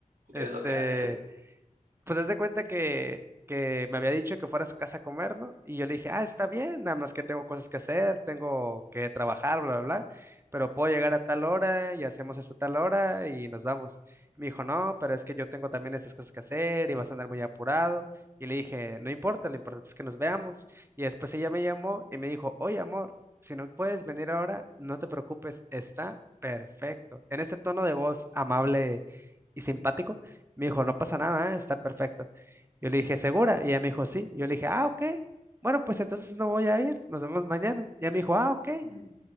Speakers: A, on the right; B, on the right.
A: Este,
B: Es lo que hay.
A: Pues haz de cuenta que, que me había dicho que fuera a su casa a comer, ¿no? Y yo le dije, ah, está bien, nada más que tengo cosas que hacer, tengo que trabajar, bla, bla, bla, pero puedo llegar a tal hora y hacemos esto a tal hora y nos vamos. Me dijo, no, pero es que yo tengo también estas cosas que hacer y vas a andar muy apurado. Y le dije, no importa, lo importante es que nos veamos. Y después ella me llamó y me dijo, oye, amor, si no puedes venir ahora, no te preocupes, está perfecto. En este tono de voz amable y simpático. Me dijo, no pasa nada, ¿eh? Está perfecto. Yo le dije, ¿segura? Y ella me dijo, sí. Yo le dije, ah, ok. Bueno, pues entonces no voy a ir. Nos vemos mañana. Y ella me dijo, ah, ok.
B: Mm.